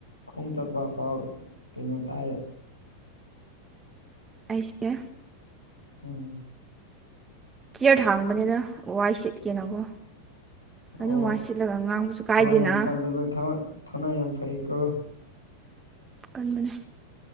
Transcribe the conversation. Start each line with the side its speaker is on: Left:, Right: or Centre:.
Left: ꯈꯣꯡ ꯆꯠꯄ ꯄꯥꯎ ꯀꯩꯅꯣ ꯇꯥꯏ
Right: ꯑꯩꯁꯦ
Left: ꯎꯝ
Right: ꯆꯤꯌ꯭ꯔ ꯊꯥꯡꯕꯅꯤꯗ ꯋꯥꯏ ꯁꯤꯠꯀꯦꯅꯀꯣ
Left: ꯑꯣ
Right: ꯑꯗꯨꯝ ꯋꯥꯏ ꯁꯤꯠꯂꯒ ꯉꯥꯡꯕꯁꯨ ꯀꯥꯏꯗꯦꯅ
Left: ꯊꯕꯛ ꯌꯥꯝ ꯀꯜꯂꯦꯕꯣ ꯊꯕꯛ ꯊꯧꯅꯥ ꯌꯥꯝ ꯐꯩꯌꯦꯀꯣ
Right: ꯀꯟꯕꯅꯤ